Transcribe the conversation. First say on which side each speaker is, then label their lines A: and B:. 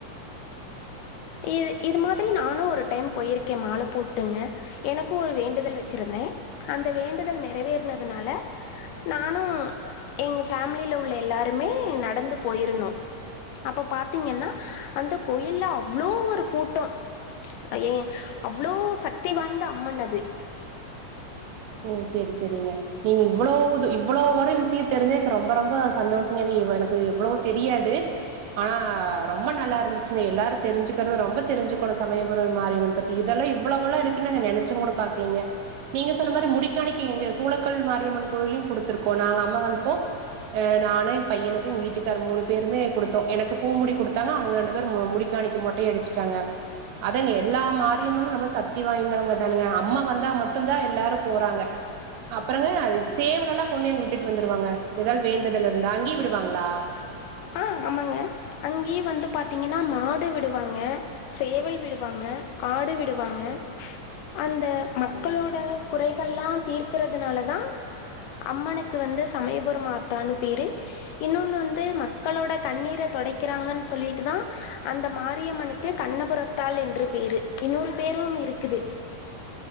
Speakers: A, on the right; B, on the left.
A: <unintelligible>
B: இது இது மாதிரி நானு ஒரு டைம் போயிருக்கே மா போட்டுங்க எனக்கு ஒரு வேண்டுதல் வெச்சிருந்தே அந்த வேண்டுதல் நிறைவேற துனால நானு எங்க ஃபேமிலில உள்ள எல்லாருமே நடந்து போயிருந்தோ அப்ப பாத்தீங்கன்னா அந்த கோயில்ல அவ்ளோ ஒரு கூட்டோ ஐயே அவ்ளோ சக்தி வாய்ந்த அம்மன் அது
A: ஓ சேரி சேரிங்க நீங்க இவ்ளோ இது இவ்ளோ வர விஷயோ தெரிஞ்ச எனக்கு ரொம்ப ரொம்ப சந்தோஷங்க என்னா இவ்ளோ எனக் க்கு இவ்ளோ தெரியாது ஆனா ரொம்ப நல்லா இருந்துச்சிங்க எல்லாரு தெரிஞ்சிக்கறது ரொம்ப தெரிஞ்சுக்கணு சமயபுரம் மாரியம்மன் பத்தி இதெல்லா இவ்லோவல்லா இருக்குன்னு நா நெனைச்சிங் கூட பாக்கலீங்க நீங்க சொன்ன மாதிரி முடிக்கணிக்க எங்க சூளக்கல் மாரியம்மன் கோயில்லயு குடுத்திருக்கோ நாங்க அம்மா வந்தப்போ அ நானு எயா பையனுக்கு எங் வீட்டுக் காரு மூணு பேருமே குடுத்தோ எனக்கு பூ முடி குடுத்தாங்க அவங்க ரெண்டு பேரு முடிக்காணிக்க மொட்ட அடிச்சிட்டாங்க அதாங்க எல்லா மாரியம்மனு ரொம்ப சக்தி வாய்ந்தவங்க தானுங்க அம்மா வந்தா மட்டு தா எல்லாரு போறாங்க அப்றோங்க அது சேவல் எல்லா கொண்டு அங்க விட்டுட்டு வந்துருவாங்க ஏதாது வேண்டுதல இருந்தா அங்கேயே விடுவாங்ளா
B: ஆ ஆமாங்க அங்கேயே வந்து பாத்தீங்கன்னா மாடு விடுவாங்க சேவல் விடுவாங்க ஆடு விடுவாங்க அந்த மக்களோட குறைகள்லா தீக்கறதுனால தா அம்மனுக்கு வந்து சமயபுரம் ஆத்தான்னு பேரு இன்னொன்னு வந்து ம மக்களோட கண்ணீர தொடைக்கிறாங்கன்னு சொல்லிட்டுதா அந்த மாரியம்மனுக்கு கண்ணபுறத்தால் என்று பேரு இன்னொரு பேரும் இருக்குது